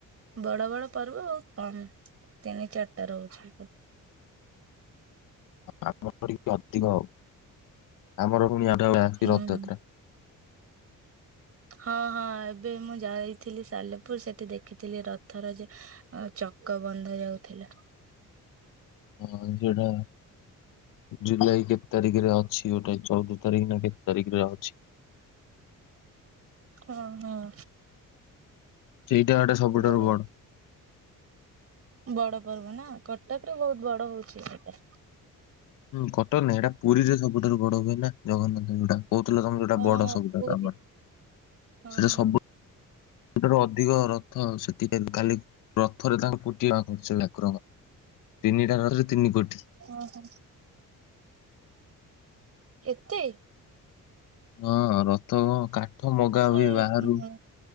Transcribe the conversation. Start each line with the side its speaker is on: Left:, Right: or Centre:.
Right: ବଡ ବଡ ପର୍ବ ବହୁତ କମ୍ ତିନି ଚାରିଟା ରହୁଛି।
Left: ଆମର ଟିକେ ଅଧିକ ଆଉ ଆମର ପୁଣି ଆଉଟା ଆଉଛି
Right: ହୁଁ
Left: ରଥଯାତ୍ରା।
Right: ହଁ ହଁ ଏବେ ମୁଁ ଯାଇଥିଲି ସାଲେପୁର ସେଠି ଦେଖିଥିଲି ରଥର ଯେ। ଆ ଚକ ବନ୍ଧା ଯାଉଥିଲା।
Left: ହଁ ସେଟା ଜୁଲାଇ କେତେ ତାରିଖରେ ଅଛି। ଗୋଟା ଚଉଦ। ତାରଖି ନା କେତେ ତରିଖି ରେ ଅଛି।
Right: ହଁ ହଁ।
Left: ସେଇଟା ଗୋଟେ ସବୁଠାରୁୁ
Right: ବଢିଆ।
Left: ବଡ।
Right: ବଡ ପର୍ବ ନା କଟକରେ ବହୁତ ବଡ ହଉଛି ସେଟା।
Left: ହୁଁ କଟକ ରେ ନାହିଁ ଏଇଟା ପୁରୀରେ ସବୁଠାରୁ ବଡ ହୁଏ ନା ଜଗନ୍ନାଥଙ୍କ ଯୋଉଟା। କହୁଥିଲ ତମେ ଯୋଉଟା
Right: ଓହୋ
Left: ବଡ ସବୁଠାରୁ
Right: ପୁରୀ
Left: ଆମର
Right: ହଁ
Left: ସେଟା
Right: ହଁ
Left: ସବୁ ଠାରୁ ଅଧିକ ରଥ ସେଥିପାଇଁ କାଲି। ରଥରେ ତାଙ୍କର କୋଟିଏ ଟଙ୍କା ଖର୍ଚ୍ଚ ଠାକରଙ୍କ ର ତିନିଟା ରଥରେ ତିନି କୋଟି।
Right: ଓହୋ ଏତେ।
Left: ହଁ ରଥ କଁ କାଠ ମଗା
Right: ସେ
Left: ହୁଏ ବାହାରୁ।
Right: ହୁଁ।